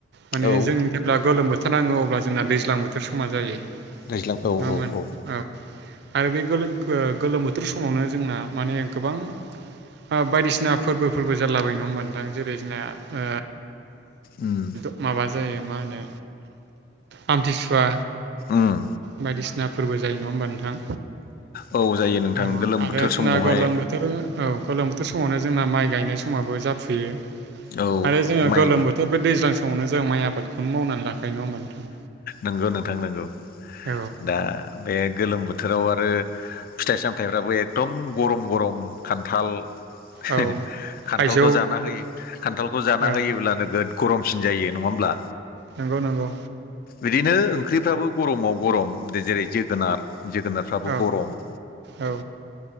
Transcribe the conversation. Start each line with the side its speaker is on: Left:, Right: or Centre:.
Right: माने
Left: औ
Right: जों जेब्ला गोलोम बोथोर नाङो अब्ला जोंना दैज्लां बोथोर समा जायो।
Left: दैज्लां औ-
Right: नङा होमबा
Left: औ -औ-।
Right: नोंथां आरो बे गोलो ओ गोलोम बोथोर समावनो जोंना माने गोबां। ओ बायदिसिना फोरबोफोरबो जालाबाय नङा होमबा नोंथां जेरै जोंना ओ।
Left: उम
Right: <unintelligible> जायो मा होनो आमथिसुवा
Left: उम
Right: बायदिसिना। फोरबो जायो नङा होमबा नोंथां।
Left: औ जायो नोंथां
Right: <unintelligible> औ
Left: गोलोम
Right: आरो
Left: बोथोर
Right: जोंना
Left: समावहाय
Right: गलोम बोथोर औ गोलोम थोर समावनो जोंना माइ गायनाय समाबो जाफुयो
Left: औ
Right: आरो जोङो गोलोम
Left: माइ
Right: बोथोर बे दैज्लां फावनो जों माइ आबादखौनो मावनानै लाखायो नङा होमबा नोंथां।
Left: नोंगौ नोंथां नोंगौ
Right: औ
Left: दा बे गोलोम बोथोराव आरो फिथाइ सामथाइफ्राबो एकदम गरम गरम खान्थाल <unintelligible>
Right: औ
Left: खान्थालखौ
Right: थाइजौ
Left: जाना होयो खान्थालखौ
Right: औ
Left: जाना होयोब्लानो गोद गरमसिन जायो नङा होमब्ला?
Right: नंगौ नंगौ
Left: बिदिनो ओंख्रिफ्राबो गरमाव गरम जेरै जोगोनार जोगोनारफ्राबो
Right: औ
Left: गरम
Right: औ